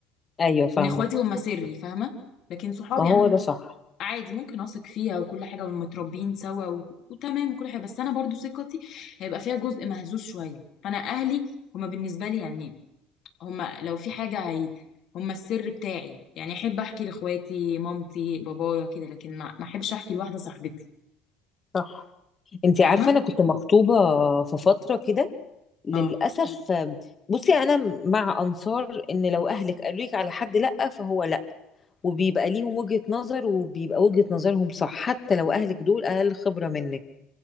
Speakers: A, on the left; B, on the left.
A: ايوه
B: لان
A: فاهمة
B: اخواتي هم سري فاهمة لكن صحابي
A: ما هو
B: انا
A: ده صح
B: عادي ممكن اثق فيها وكل حاجه ومتربيين سوا و... وتمام وكل حاجه بس انا برضو ثقتي هيبقى فيها جزء مهزوز شويه فانا اهلي هما بالنسبه لي يعني هما لو في حاجه هي هما السر بتاعي يعني احب احكي لاخواتي مامتي بابايا كده لكن ما ما احبش احكي لواحده صاحبتي
A: صح انت
B: فاهمه
A: عارفه انا كنت مخطوبه في فتره كده للاسف
B: اه
A: بصي انا مع انصار ان لو اهلك قالوا لك على حد لا فهو لا وبيبقى ليهم وجهه نظر وبيبقى وجهه نظرهم صح حتى لو اهلك دول اقل خبره منك